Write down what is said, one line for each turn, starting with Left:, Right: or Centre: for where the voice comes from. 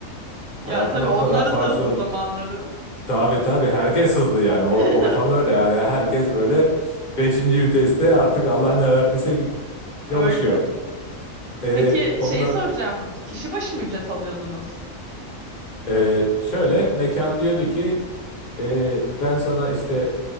Right: Ya
Left: Hayatımda
Right: tabii onların
Left: bu kadar tacize
Right: da hızlı
Left: uğradım.
Right: zamanları.
Left: Tabii tabii herkes hızlı yani Or-
Right: <laughs>
Left: ortam öyle yani herkes böyle beşinci viteste artık Allah ne verdiyse
Right: Öyle.
Left: çalışıyor. Ee,
Right: Peki
Left: onunla,
Right: şeyi soracağım. Kişi başı mı ücret alıyordunuz?
Left: ee, şöyle mekan diyordu ki ee, ben sana işte